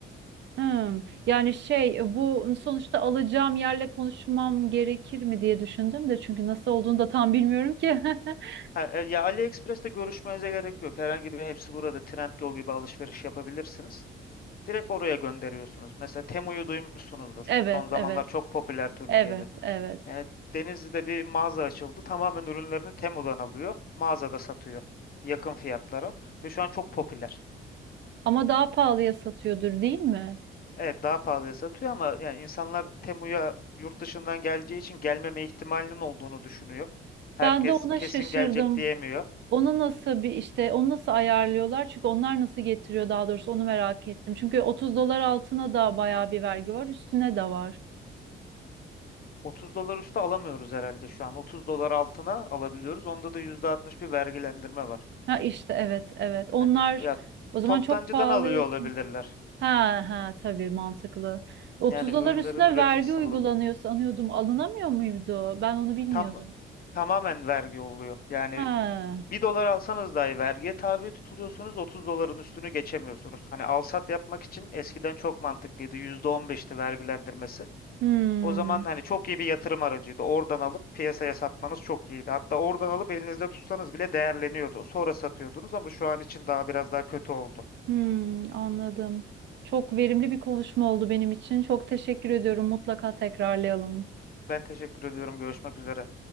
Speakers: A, on the right; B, on the left.
A: Hmm. Yani şey bu sonuçta alacağım yerle konuşmam gerekir mi diye düşündüm de çünkü nasıl olduğunu da tam bilmiyorum ki. <laughs>
B: Ha, e, ya AliExpress'te görüşmenize gerek yok. Herhangi bir hepsi burada Trendyol gibi alışveriş yapabilirsiniz. Direkt oraya gönderiyorsunuz. Mesela Temu'yu duymuşsunuzdur.
A: Evet,
B: Son zamanlar
A: evet.
B: çok popüler Türkiye'de.
A: Evet, evet.
B: Yani Denizli'de bir mağaza açıldı. Tamamen ürünlerini Temu'dan alıyor. Mağazada satıyor. Yakın fiyatlara. Ve şu an çok popüler.
A: Ama daha pahalıya satıyordur değil mi?
B: Evet daha pahalıya satıyor ama yani insanlar Temu'ya yurt dışından geleceği için gelmeme ihtimalinin olduğunu düşünüyor. Herkes
A: Ben de ona
B: kesin
A: şaşırdım.
B: gelecek diyemiyor.
A: Onu nasıl bir işte onu nasıl ayarlıyorlar? Çünkü onlar nasıl getiriyor daha doğrusu onu merak ettim. Çünkü 30 dolar altına da bayağı bir vergi var, üstüne de var.
B: 30 dolar üstü alamıyoruz herhalde şu an. 30 dolar altına alabiliyoruz. Onda da %60 bir vergilendirme var.
A: Ha işte evet evet. Onlar
B: Hani ya
A: o zaman
B: toptancıdan
A: çok pahalıya.
B: alıyor olabilirler.
A: Ha ha tabii mantıklı. 30
B: Yani ürünlerin
A: dolar üstüne
B: üreticisini
A: vergi uygulanıyor
B: bulup
A: sanıyordum. Alınamıyor muydu? Ben onu bilmiyordum.
B: tam tamamen vergi oluyor. Yani
A: Ha.
B: bir dolar alsanız dahi vergiye tabi tutuluyorsunuz. 30 doların üstünü geçemiyorsunuz. Hani alsat yapmak için eskiden çok mantıklıydı. %15'ti vergilendirmesi.
A: Hmm.
B: O zaman hani çok iyi bir yatırım aracıydı. Oradan alıp piyasaya satmanız çok iyiydi. Hatta oradan alıp elinizde tutsanız bile değerleniyordu. Sonra satıyordunuz ama şu an için daha biraz daha kötü oldu.
A: Hmm, anladım. Çok verimli bir konuşma oldu benim için. Çok teşekkür ediyorum. Mutlaka tekrarlayalım.
B: Ben teşekkür ediyorum. Görüşmek üzere.